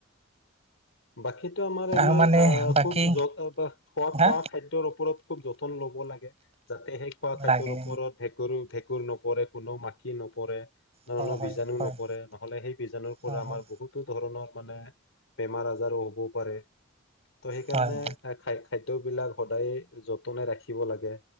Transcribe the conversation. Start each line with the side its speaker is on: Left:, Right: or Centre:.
Left: বাকীতো আমাৰ এনে
Right: আৰু মানে
Left: আহ'
Right: বাকী
Left: খুব <unintelligible> খোৱা-খোৱা
Right: হা
Left: খাদ্য- ওপৰত খুব যতন ল'ব লাগে, যাতে সেই খোৱা খাদ্যৰ
Right: লাগে
Left: ওপৰত- ভেকুৰ-ভেকুৰ নপৰে, কোনো মাখি নপৰে- ন-ন
Right: হয় হয়
Left: বীজাণু
Right: হয়
Left: নপৰে, নহ'লে সেই বীজাণুৰ পৰা
Right: হয়
Left: আমাৰ
Right: হয়
Left: বহুত- ধৰণৰ মানে বেমাৰ আজাৰো হ'বও পাৰে। ত' সেইকাৰণে-
Right: হয় হয়
Left: খা-খাদ্য বিলাক সদায় যতনে ৰাখিব লাগে।